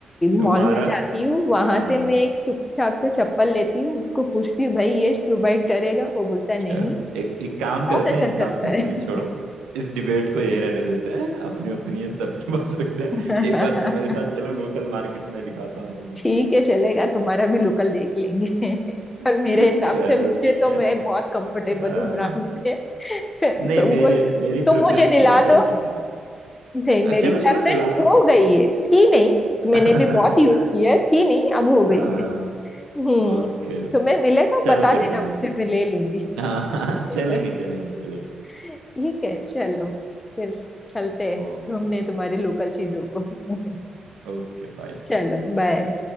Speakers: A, on the right; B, on the left.
A: तुम्हारा
B: मॉल में जाती हूँ वहां
A: हाँ
B: से मैं एक चुपचाप से चप्पल लेती हूँ उसको पूछती हूँ भाई ये शू बाइट करेगा वो बोलता है
A: चलो
B: नहीं
A: एक एक काम
B: बहुत
A: करते
B: अच्छा
A: हैं एक
B: चलता
A: काम करते
B: है
A: हैं छोड़ो इस डिबेट को यहीं रहने देते हैं अपने ओपिनियंस अपने पास रखते हैं
B: <laughs>
A: एक बार तुम मेरे साथ चलो लोकल मार्केट में दिखाता हूँ तुम्हें
B: ठीक है चलेगा तुम्हारा भी लोकल देख लेंगे <laughs> पर मेरे
A: <laughs>
B: हिसाब
A: चलो
B: से मुझे
A: ठीक
B: तो मैं
A: है
B: बहुत कंफर्टेबल
A: आ,
B: हूँ ब्रांड में <laughs>
A: नहीं
B: तुमको
A: मेरी मेरी
B: तुम
A: प्रेफरेंस
B: मुझे दिला
A: लोकल
B: दो
A: चीज है
B: नहीं
A: आ,
B: मेरी
A: चलो
B: प्रेफरेंस
A: चलो दिलाता
B: हो
A: हूँ
B: गई है थी नहीं मैंने
A: <laughs>
B: भी बहुत यूज किया है थी नहीं अब हो गई
A: हाँ
B: है हम्म
A: ओके
B: तुम्हें मिले तो
A: चलो
B: बता
A: फिर
B: देना
A: कभी
B: मुझे
A: मिल
B: मैं ले लूंगी
A: हाँ <laughs>
B: <laughs>
A: चलेंगे चलेंगे चलेंगे
B: ठीक है चलो फिर चलते हैं
A: Okay
B: ढूंढने तुम्हारे लोकल चीजों को <laughs>
A: okay bye
B: चलो बाय